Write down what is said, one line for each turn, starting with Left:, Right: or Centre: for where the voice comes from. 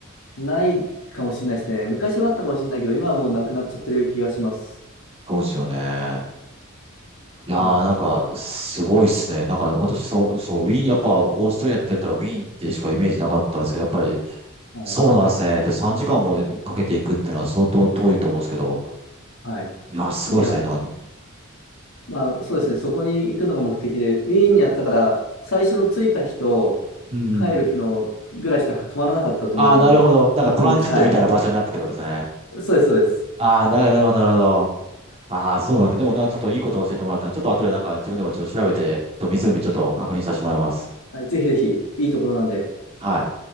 Left: ないかもしれないですね。昔はあったかもしれないけど、今はもうなくなっちゃってる気がします。
Right: うんそうですよね。いやー、
Left: はい。
Right: なんか、すごいっすね。なんか、私、そう、そう、ウィーン、やっぱ、オーストリアって言ったらウィーンってしかイメージなかったんですけど、やっぱり、
Left: はい。
Right: そうなんですね。で、3時間もかけていくっていうのは相当遠いと思うんですけど、
Left: はい。
Right: いやー、すごいっすね。
Left: いや、
Right: なんかに、
Left: まあそうですね、そこに行くのが目的で、ウィーンにあったから、最初の着いた日と
Right: うん。
Left: 帰る日のぐらいしか泊まらなかったと思
Right: ああ、なるほど。なんかトランジットみたいな場所になったってことですね。
Left: うんです。はい。そうです、そうです。
Right: ああ、なるほど、なるほど。ああ、そうなんだ。でもなんかちょっといいことを教えてもらったんで、ちょっと後でなんか自分でもちょっと調べて、ちょっと湖ちょっと確認させてもらいます。
Left: はい、ぜひぜひ、いいところなんで。
Right: はい。